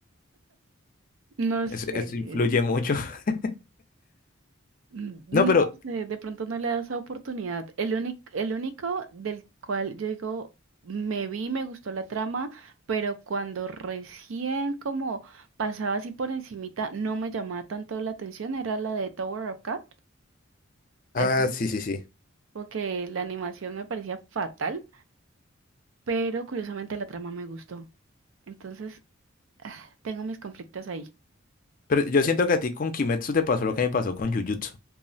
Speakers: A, on the right; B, on the left.
A: no sé.
B: Eso, eso influye mucho. <laughs>
A: No
B: No, pero,
A: sé, de pronto no le da esa oportunidad. El único, el único del cual yo digo, me vi, me gustó la trama, pero cuando recién como pasaba así por encimita, no me llamaba tanto la atención, era la de Tower of God.
B: Ah,
A: Es
B: sí, sí, sí.
A: porque la animación me parecía fatal, pero curiosamente la trama me gustó. Entonces, tengo mis conflictos ahí.
B: pero yo siento que a ti con Kimetsu te pasó lo que me pasó con Jujutsu.